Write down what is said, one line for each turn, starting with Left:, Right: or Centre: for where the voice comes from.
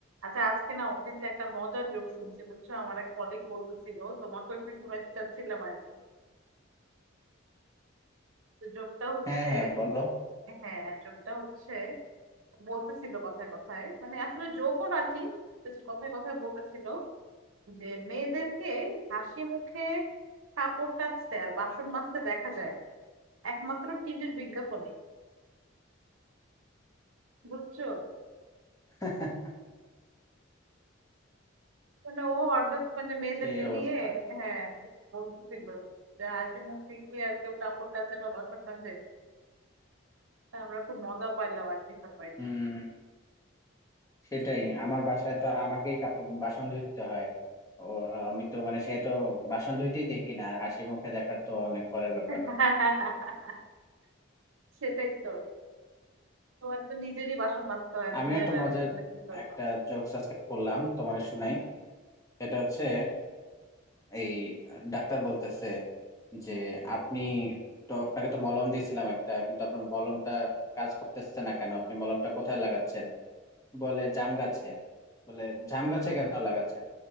Right: আচ্ছা আজকে না অফিসে একটা মজার জোক শুনছি বুঝছো আমার এক কলিগ বলতেছিল তোমাকে একটু শোনাইতে চাচ্ছিলাম আর কি তো জোকটা হচ্ছে
Left: হ্যাঁ হ্যাঁ বলো
Right: হ্যাঁ জোকটা হচ্ছে বলতেছিল কথায় কথায় মানে আসলে জোকও না ঠিক জাস্ট কথায় কথায় বলতেছিল যে মেয়েদেরকে হাসি মুখে কাপড় কাচতে আর বাসন মাজতে দেখা যায় একমাত্র টিভির বিজ্ঞাপনে বুঝছো
Left: <laughs>
Right: মানে ও হঠাৎ মানে মেয়েদেরকে
Left: সেই অবস্থা
Right: নিয়ে হ্যাঁ বলতেছিল যে হাসি মুখে কি আর কেউ কাপড় কাচে বা বাসন মাজে আমরা খুব মজা পাইলাম আর কি সবাই
Left: হুম সেটাই আমার বাসায় তো আমাকেই কাপড় বাসন ধুইতে হয় ও আমি তো মানে সে তো বাসন ধুইতেই দেখি না আর হাসি মুখে দেখা তো অনেক পরের ব্যাপার
Right: <laughs> সেটাই তো তোমার তো নিজেরই বাসন মাজতে হয়
Left: আমিও
Right: তুমি
Left: একটা
Right: আর আরেকজনের
Left: মজার
Right: কি করবা
Left: একটা জোকস আজকে পড়লাম তোমার শুনাই সেটা হচ্ছে এই ডাক্তার বলতেছে যে আপনি তো আপনাকে তো মলম দিয়েছিলাম একটা কিন্তু আপনার মলমটা কাজ করতেছে না কেন আপনি মলমটা কোথায় লাগাচ্ছেন বলে জাম গাছে বলে জাম গাছে কেন লাগাচ্ছেন